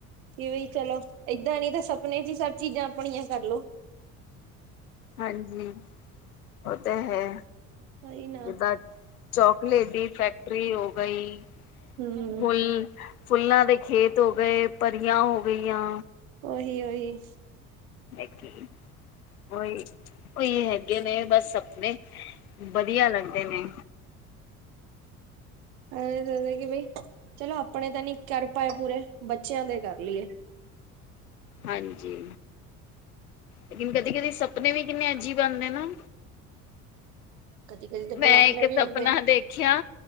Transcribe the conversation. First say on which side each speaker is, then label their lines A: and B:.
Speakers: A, on the right (about 70°); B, on the left (about 80°).
A: ਕਿ ਬਈ ਚਲੋ, ਏਦਾਂ ਨੀ ਤਾਂ ਸਪਨੇ ਚ' ਹੀ ਸਭ ਚੀਜ਼ਾਂ ਆਪਣੀਆਂ ਕਰਲੋ।
B: ਹਾਂਜੀ। ਉਹ ਤਾਂ ਹੈ।
A: ਉਹੀ ਨਾ
B: ਇਹਦਾ ਚੋਕਲਟ ਡ ਫੈਕਟਰੀ ਉਹਗਾ ਈ।
A: ਹੂੰ
B: ਫੁੱਲ- ਫੁੱਲਾਂ ਦੇ ਖੇਤ ਹੋ ਗਏ, ਪਰੀਆਂ ਹੋ ਗਈਆਂ।
A: ਓਹੀ- ਓਹੀ।
B: ਐ ਕੀ ਕੋਈ। ਉਹੀ ਹੈਗੇ ਨੇ ਬਸ ਸਪਨੇ, ਵਧੀਆ ਲੱਗਦੇ ਨੇ।
A: ਐ ਲਗਦਾ ਕਿ ਬਈ, ਚਲੋ ਆਪਣੇ ਤਾਂ ਨੀ ਕਰ ਪਾਏ ਪੂਰੇ, ਬੱਚਿਆਂ ਦੇ ਕਰ ਲਈਏ।
B: ਹਾਂਜੀ। ਕਦੀ- ਕਦੀ ਸਪਨੇ ਵੀ ਕਿੰਨੇ ਅਜੀਬ ਆਂਦੇ ਐ ਨਾ।
A: ਕਦੀ ਕਦੀ ਤਾਂ ਡਰਾਮਣੇ
B: ਮੈਂ ਇੱਕ
A: ਵੀ ਆਉਂਦੇ
B: ਸਪਨਾ
A: ਆ।
B: ਦੇਖਿਆ,